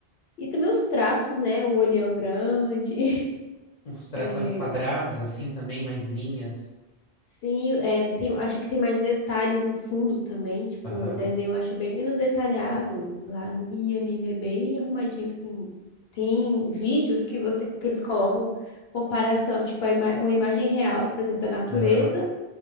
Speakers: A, on the left (about 75°); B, on the left (about 40°).
A: E também os traços, né? O olhão grande, <laughs>
B: Uns traços
A: é,
B: mais quadrados, assim também, mais linhas.
A: Sim, é, tem, acho que tem mais detalhes no fundo também. Tipo,
B: Aham,
A: o desenho eu acho bem menos detalhado. Lá em anime é bem arrumadinho, assim. Tem vídeos que você que eles colocam comparação, tipo, a ima- uma imagem real, por exemplo, da natureza,
B: aham.